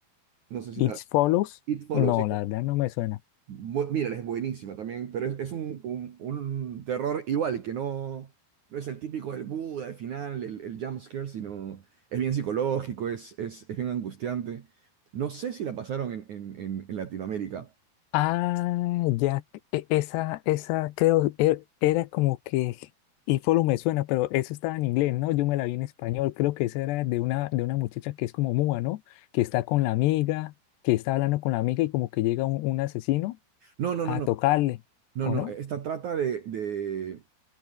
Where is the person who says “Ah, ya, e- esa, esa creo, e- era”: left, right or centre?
Left